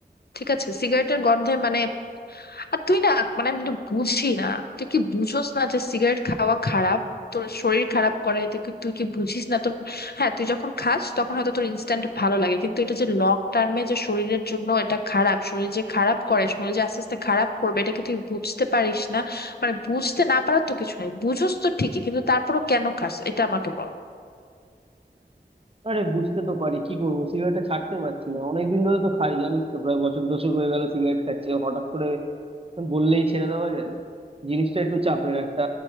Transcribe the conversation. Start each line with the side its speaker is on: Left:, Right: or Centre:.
Left: ঠিক আছে সিগারেটের গন্ধে মানে আর তুই না মানে আমি এটা বুঝি না তুই কি বুঝোস না যে সিগারেট খাওয়া খারাপ তোর শরীর খারাপ করে এটা কি তুই কি বুঝিস না তোর হ্যাঁ তুই যখন খাস তখন হয়তো তোর ইনস্ট্যান্ট ভালো লাগে কিন্তু এটা যে লং টার্মে যে শরীরের জন্য এটা খারাপ শরীর যে খারাপ করে শরীর যে আস্তে আস্তে খারাপ করবে এটা কি তুই বুঝতে পারিস না মানে বুঝতে না পারার তো কিছু নেই বুঝোস তো ঠিকই কিন্তু তারপরও কেন খাস এটা আমাকে বল
Right: আরে বুঝতে তো পারি কি করবো সিগারেটটা ছাড়তে পারছি না অনেকদিন ধরে তো খাই, জানিস তো, প্রায় বছর দশেক হয়ে গেল সিগারেট খাচ্ছি। আর হঠাৎ করে বললেই ছেড়ে দেওয়া যায় জিনিসটা একটু চাপের একটা